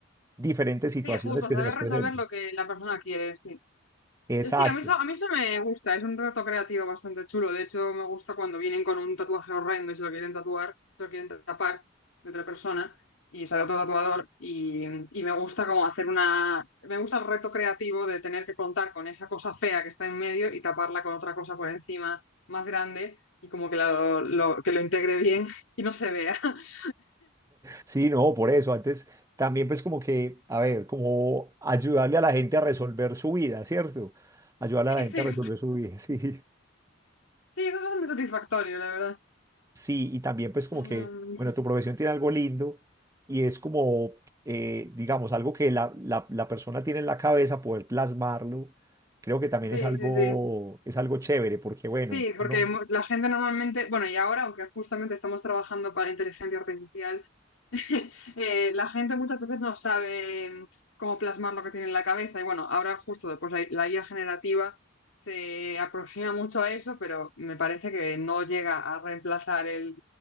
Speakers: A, on the right; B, on the left.
A: diferentes situaciones
B: sí, justo,
A: que
B: saber
A: se nos
B: resolver
A: presenten.
B: lo que la persona quiere, sí.
A: Exacto.
B: Eh, Sí, a mí, eso, a mí eso me gusta, es un reto creativo bastante chulo. De hecho, me gusta cuando vienen con un tatuaje horrendo y se lo quieren tatuar, se lo quieren tapar de otra persona y sale otro tatuador. Y, y me gusta como hacer una. Me gusta el reto creativo de tener que contar con esa cosa fea que está en medio y taparla con otra cosa por encima más grande y como que, la- lo, que lo integre bien y no se vea. <laughs>
A: Sí, no, por eso. Antes también pues como que, a ver, como ayudarle a la gente a resolver su vida, ¿cierto? Ayudarle
B: Sí,
A: a la gente
B: sí,
A: a resolver su vida, <laughs> sí.
B: sí, eso es bastante satisfactorio, la verdad.
A: Sí, y también pues como
B: Mm,
A: que, bueno, tu profesión tiene algo lindo y es como, eh, digamos, algo que la, la, la persona tiene en la cabeza, poder plasmarlo. Creo que también
B: sí,
A: es algo,
B: sí, sí.
A: es algo chévere porque, bueno,
B: Sí, porque
A: uno-
B: mu- la gente normalmente, bueno, y ahora, aunque justamente estamos trabajando para inteligencia artificial, <laughs> eh, la gente muchas veces no sabe eh, cómo plasmar lo que tiene en la cabeza. Y bueno, ahora justo después la, la IA generativa se aproxima mucho a eso, pero me parece que no llega a reemplazar el,